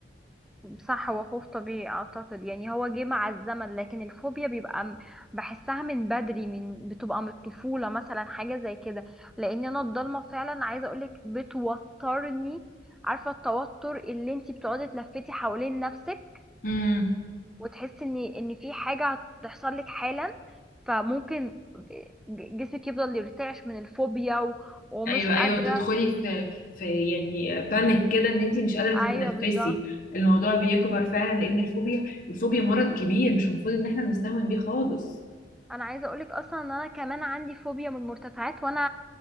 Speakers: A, in the centre; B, on the left.
A: صح هو خوف طبيعي اعتقد يعني هو جه مع الزمن لكن الفوبيا بيبقى م- بحسها من بدري من بتبقى من الطفولة مثلا حاجة زي كده لان انا الضلمة فعلا عايزة اقولك بتوترني عارفة التوتر اللي انتي بتقعدي تلفتي حوالين نفسك
B: امم
A: وتحسي ان ان في حاجة هتحصل لك حالا فممكن ج- جسمك يفضل يرتعش من الفوبيا و- ومش
B: ايوه
A: قادرة
B: ايوه تدخلي في في يعني بانيك كده ان انت مش قادره
A: ايوه
B: تتنفسي
A: بالظبط
B: الموضوع بيكبر فعلا لان الفوبيا الفوبيا مرض كبير مش المفروض ان احنا نستهون بيه خالص
A: انا عايزه اقولك اصلا ان انا كمان عندي فوبيا من المرتفعات وانا